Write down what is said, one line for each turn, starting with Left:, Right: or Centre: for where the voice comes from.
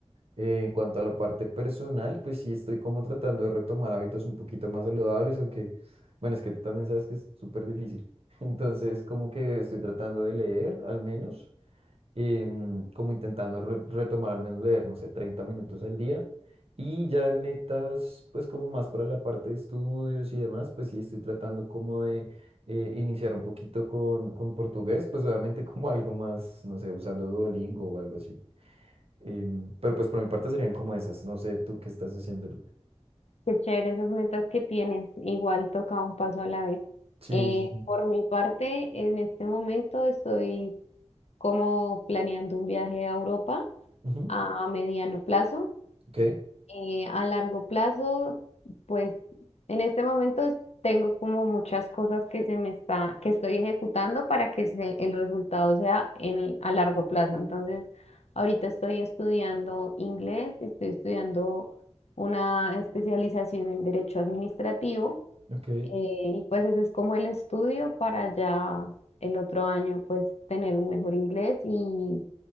Right: Eh, en cuanto a la parte personal, pues sí estoy como tratando de retomar hábitos un poquito más saludables, aunque, bueno, es que tú también sabes que es súper difícil. <laughs> Entonces, como que estoy tratando de leer al menos eh, mm, como intentando re- retomar al menos leer, no sé, 30 minutos al día. Y ya en metas, pues como más para la parte de estudios y demás, pues sí estoy tratando como de eh, iniciar un poquito con, con portugués, pues obviamente <laughs> como algo más, no sé, usando Duolingo o algo así. Em, pero pues por mi parte serían como esas, no sé, tú qué estás haciendo ahorita.
Left: Qué chévere esas metas que tienes. Igual toca un paso a la vez.
Right: Sí,
Left: Eh,
Right: sí, sí.
Left: por mi parte, en este momento estoy como planeando un viaje a Europa
Right: Ujú.
Left: a mediano plazo.
Right: Ok,
Left: Eh, a largo plazo, pues en este momento tengo como muchas cosas que se me está, que estoy ejecutando para que se- el resultado sea en, a largo plazo. Entonces, ahorita estoy estudiando inglés, estoy estudiando una especialización en derecho administrativo
Right: ok,
Left: eh, y pues ese es como el estudio para ya el otro año pues tener un mejor inglés y,